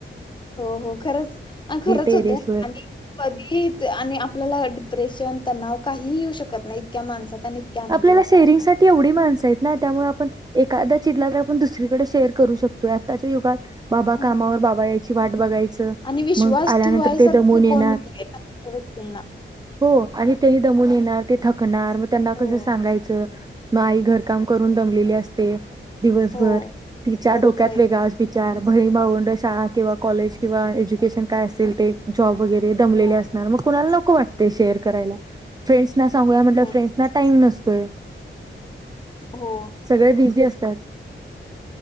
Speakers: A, on the left; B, on the right.
A: हो हो खरच खरंच
B: टेरेसवर
A: होते आणि कधी आणि आपल्याला डिप्रेशन तणाव काही येऊ शकत नाही इतक्या माणसात आणि इतक्या आनंदी
B: आपल्याला
A: वातावरणात.
B: शेरिंगसाठीठी एवढी माणसं आहेत ना त्यामुळे आपण एखाददा चिडला तर आपण दुसरीकडे शेअर करू शकतोय आत्ताच्या युगात बाबा
A: हां
B: कामावर बाबा याची वाट बघायचं
A: आणि विश्वास
B: मग आल्यानंतर
A: ठेवायसारखं
B: ते दमून येणार
A: कोण नाहीये त्या व्यक्तींना.
B: हो आणि तेही दमून येणार ते थकणार
A: हो,
B: कसं सांगायचं मग आई घरकाम करून जमलेली असते दिवसभर
A: हो.
B: तिच्या
A: बरोबर
B: डोक्यात
A: आहे.
B: वेगळाच बिचार बहीण भावंड शाळा किंवा कॉलेज किंवा एज्युकेशन काय असेल ते जॉब गैरे दमले
A: हो,
B: असणार मग कणाला न वाटते शेअर करायला फ्रेडस सांगया म्हटलं
A: हो,
B: फ्रेडस टाईम नसतोय
A: हो.
B: सगळे बिझी असत तेच